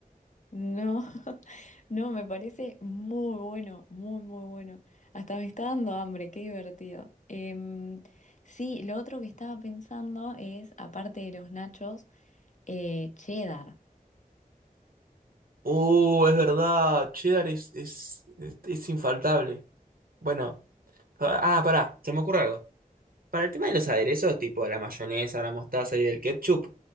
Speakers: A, on the left; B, on the right.
A: No, <laughs> no, me parece muy bueno, muy, muy bueno. Hasta me está dando hambre, qué divertido. Em, sí, lo otro que estaba pensando es, aparte de los nachos, eh, cheddar.
B: Uh, es verdad, cheddar es, es, es, es infaltable. Bueno, pa- ah, pará, se me ocurre algo. Para el tema de los aderezos, tipo la mayonesa, la mostaza y el ketchup,